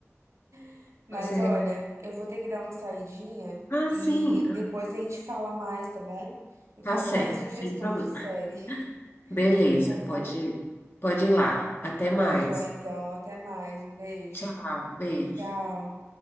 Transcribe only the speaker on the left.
Vai se arrep...
Ah,
sim. Ah,
Tá
certo,
sem problema.
Beleza,
pode, pode ir lá. Até mais.
Tchau, beijo.